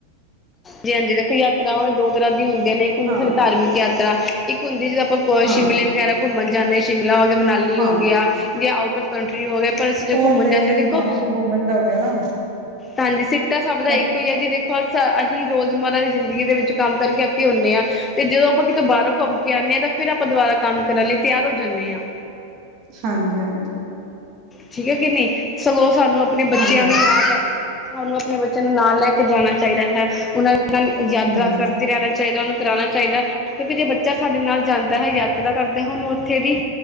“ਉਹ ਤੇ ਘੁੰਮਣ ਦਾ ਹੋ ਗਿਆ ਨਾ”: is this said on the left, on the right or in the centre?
Right